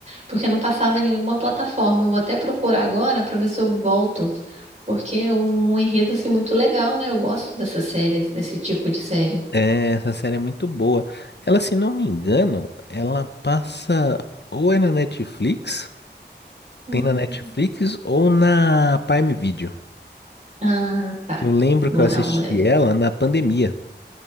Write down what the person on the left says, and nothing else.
É, essa série é muito boa. Ela, se não me engano, ela passa ou é na Netflix,
tem na Netflix ou na Prime Video.
Que eu lembro
que eu assisti
ela na pandemia.